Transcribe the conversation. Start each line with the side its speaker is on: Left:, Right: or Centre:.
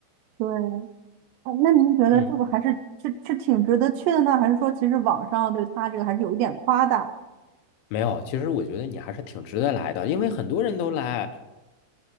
Right: 对哎，那您觉得这个还是是是挺值得去的呢，
Left: 嗯，
Right: 还是说其实网上对他这个还是有一点夸大？
Left: 没有，其实我觉得你还是挺值得来的，因为很多人都来。